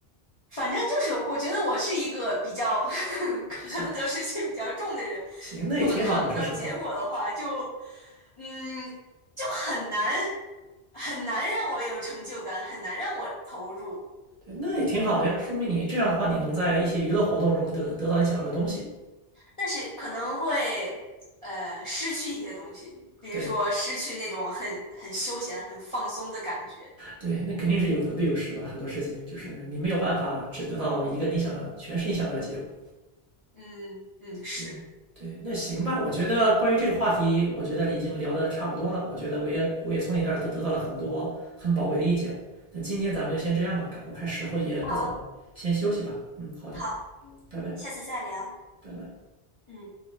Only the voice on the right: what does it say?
行
行，那也挺好的，
说实话。
对，那也挺好的呀，说明你这样的话，你能在一些娱乐活动中得得到你想要的东西。
对，
对，那肯定是有得必有失吧。很多事情就是你没有办法只得到一个你想要，
全是你想要的结果。
对对，那行吧。我觉得关于这个话题，我觉得已经聊得差不多了。我觉得我也我也从你那儿得得到了很多很宝贵的意见。那今天咱们就先这样吧，看我看时候也不早了，
先休息吧。嗯，好的，
拜拜，
拜拜。